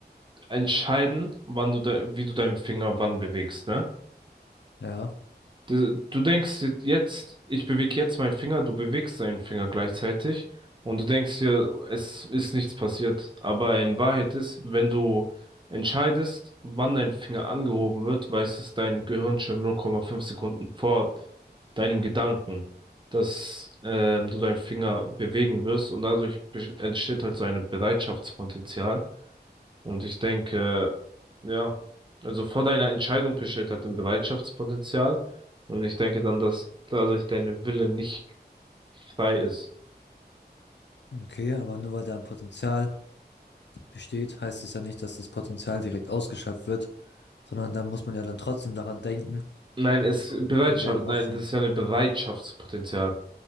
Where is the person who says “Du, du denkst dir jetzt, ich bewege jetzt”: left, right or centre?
Right